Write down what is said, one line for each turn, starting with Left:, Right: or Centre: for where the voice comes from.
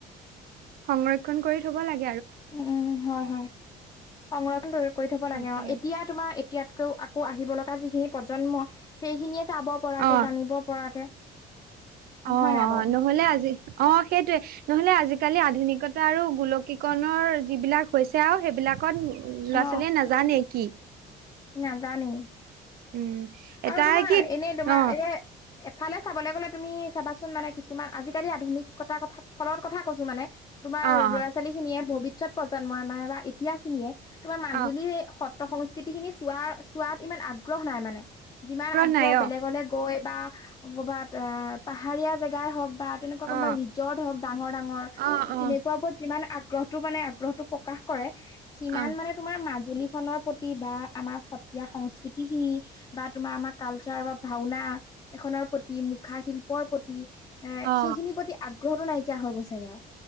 Right: সংৰক্ষণ কৰি থব লাগ
Left: উ, হয়, হয়। সংৰটো দৰি কৰি থব
Right: তাকে
Left: লাগে অ', এতিয়া তোমাৰ এতিয়া ত' আকৌ আহিব লগা যিখিনি প্ৰজন্ম, সেইখিনিয়ে তাব পৰাকে,
Right: অ
Left: জানিব পৰাকে
Right: অ',
Left: হয় নাই
Right: অ',
Left: বাৰু
Right: নহলে আজি, অ', সেইটোৱে, নহলে আজি খালি আধুনিকতা আৰু গোলকীকৰণৰ যিবিলাক হৈছে আৰু সেইবিলাক কত ল'ৰা-ছোৱালীয়ে
Left: অ
Right: নাজানে কি?
Left: নাজানেই,
Right: উম এটাই
Left: আৰু তোমাৰ
Right: কি
Left: এনেই তোমাৰ
Right: অ
Left: এ ফালে চাবলৈ গ'লে তুমি, চাবাচোন মানে কিছুমান আজিকালি আধুনিকতাৰ কথা ফলৰ কথা কৈছো মানে। তোমাৰ,
Right: অ অ
Left: ল'ৰা-ছোৱালী খিনিয়ে ভৱিষ্যত প্ৰজন্মই মানে বা এতিয়া খিনিয়ে, তোমাৰ মাজুলী
Right: অ
Left: সত ত্ৰ, সংস্কৃতি খিনি চোৱা চোৱাত ইমান আগ্ৰহ নাই মানে। যিমান আগ্ৰহ
Right: নাই
Left: বেলেগলৈ
Right: অ
Left: গৈ বা ক'বাত এ, পাহাৰীয়া জেগাই হওঁক বা তেনেকুৱা
Right: অ
Left: কোনোবা ৰিজৰ্ট হওঁক ডাঙৰ ডাঙৰ,
Right: অ অ
Left: তেনেকুৱা বোৰত যিমান আগ গ্ৰহটো মানে আগ্ৰহটো প্ৰকাশ কৰে, সিমান
Right: অ
Left: মানে তোমাৰ মাজুলী খনৰ প্ৰতি কিবা আমাৰ সত্ৰীয়া সংস্কৃতি খিনি, বা তোমাৰ আমাৰ কালচাৰ বা ভাওনা এখনত প্ৰতি, মুখাশিল্পৰ প্ৰতি এ,
Right: অ
Left: সেইখিনিৰ প্ৰতি আগ্ৰহটো নাইকিয়া হৈ গৈছে বাৰু,